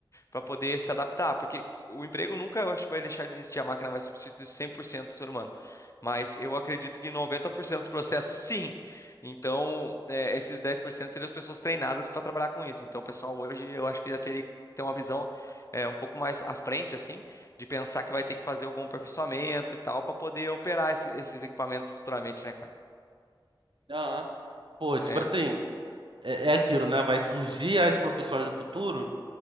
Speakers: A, on the left (about 35°); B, on the right (about 70°).
A: para poder se adaptar, porque o emprego nunca, eu acho que vai deixar de existir, a máquina vai substituir 100% do ser humano. Mas eu acredito que 90% dos processos, sim. Então, é, esses 10% seriam as pessoas treinadas para trabalhar com isso. Então, pessoal, hoje eu acho que já teria que ter uma visão é, um pouco mais à frente, assim, de pensar que vai ter que fazer algum aperfeiçoamento e tal, para poder operar esse- esses equipamentos futuramente, né, cara?
B: Aham. Pô, tipo
A: É,
B: assim, é, é aquilo, né? Vai surgir as profissões do futuro,